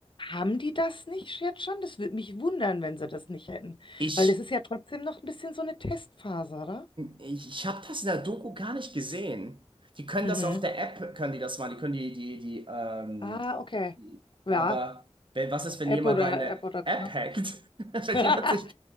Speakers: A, on the left; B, on the right.
A: Haben die das nicht jetzt schon? Das würde mich wundern, wenn sie das nicht hätten.
B: Ich
A: Weil das ist ja trotzdem noch ein bisschen so eine Testphase, oder?
B: Ich, ich habe das in der Doku gar nicht gesehen. Die können
A: Mhm.
B: das auf der App, können die das machen. Die können die, die, die, ähm,
A: Ah, okay.
B: die
A: Ja,
B: aber wenn, was ist, wenn
A: App
B: jemand
A: oder
B: deine
A: App oder Knopf.
B: App hackt? <laughs> Wenn
A: <laughs>
B: jemand sich.